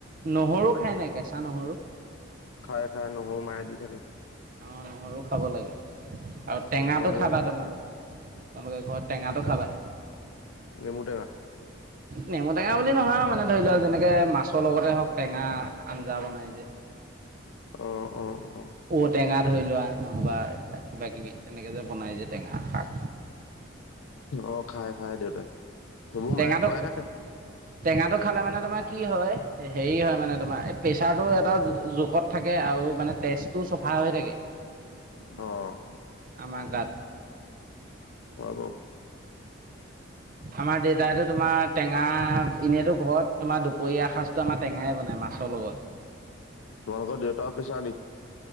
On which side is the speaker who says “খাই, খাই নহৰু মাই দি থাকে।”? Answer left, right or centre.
Left